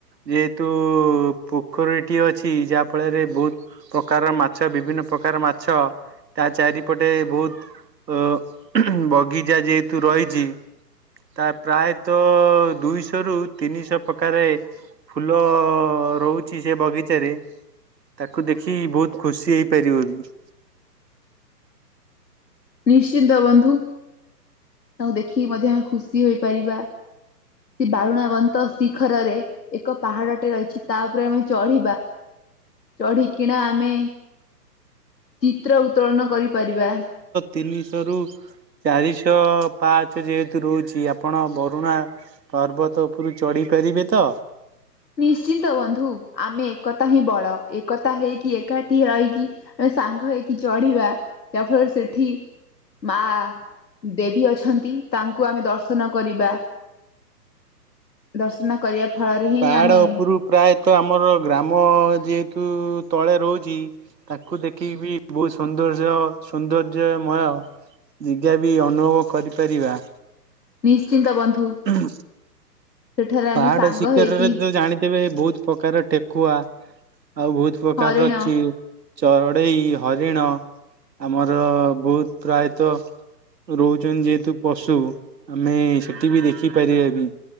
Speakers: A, on the right; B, on the left.
A: ଯେହେତୁ ପୋଖରୀ ଟିଏ ଅଛି। ଯାହା ଫଳରେ ବହୁତ ପ୍ରକାରର ମାଛ ବିଭିନ୍ନ ପ୍ରକାର ମାଛ ତା ଚାରିପଟେ ବହୁତ ଅ ବଗିଚା ଯେହେତୁ ରହିଛି। ତା ପ୍ରାୟ ତ ଦୁଇଶହ ରୁ ତିନିଶହ ପ୍ରକାରେ ଫୁଲ ରହୁ ସେ ବଗିଚାରେ ତାକୁ ଦେଖି ବହୁତ ଖୁସି ହେଇପାରିବ ବି।
B: ନିଶ୍ଚିନ୍ତ ବନ୍ଧୁ। ତାଙ୍କୁ ଦେଖିକି ମଧ୍ୟ ଆମେ ଖୁସି ହୋଇପାରିବା ସେ ବାରୁଣା ବନ୍ତ ସି ଖରରେ ଏକ ପାହାଡଟେ ରହିଛି ତା ଉପରେ ଆମେ ଚଢ଼ିବା। ଚଢ଼ି କିିଣା ଆମେ ଚିତ୍ର ଉତ୍ତୋଳନ କରିପାରିବା।
A: ତିନିଶହରୁ ଚାରିଶହ ପାଞ୍ଚ ଯେହେତୁ ରହୁଛି ଆପଣ ବରୁଣା ପର୍ବତ ଉପରୁ ଚଢ଼ି ପାରିବି ତ।
B: ନିଶ୍ଚିନ୍ତ ବନ୍ଧୁ ଆମେ ଏକତା ହିଁ ବଳ ଏକତା ହେଇକି ଏକାଠି ରହିକି ଆମେ ସାଙ୍ଗ ହେଇକି ଚଢ଼ିବା ଯାହା ଆପଣଙ୍କୁ ଫଳରେ ସେଠି ମା ଦେବୀ ଅଛନ୍ତି ତାଙ୍କୁ ଆମେ ଦର୍ଶନ କରିବା। ଦର୍ଶନ କରିବା ଫଳରେ ହିଁ
A: ପାହାଡ଼
B: ଆମେ
A: ଉପରୁ ପ୍ରାୟତଃ ଆମର ଗ୍ରାମ ଯେହେତୁ ତଳେ ରହୁଛି ତାକୁ ଦେଖିକି ବି ବହୁତ ସୌନ୍ଦର୍ଯ୍ୟ ସୌନ୍ଦର୍ଯ୍ୟମୟ ନିଜେ ବି ଅନୁଭବ କରିପାରିବା।
B: ନିଶ୍ଚିନ୍ତ ବନ୍ଧୁ।
A: ହୁଁ
B: ସେଠାରେ ଆମେ
A: ପାହାଡ
B: ସାଙ୍ଗ
A: ଶିଖରରେ
B: ହେଇକି
A: ତ ଜାଣିଥିବେ ବହୁତ ପ୍ରକାର ଠେକୁଆ ଆଉ ବହୁତ ପ୍ରକାରର
B: ହରିଣ
A: ଚିଉ ଚଢ଼େଇ, ହରିଣ ଆମର ବହୁତ ପ୍ରାୟତଃ ରହୁଛନ୍ତି ଯେହେତୁ ପଶୁ ଆମେ ସେଠି ବି ଦେଖିପାରିବା ବି।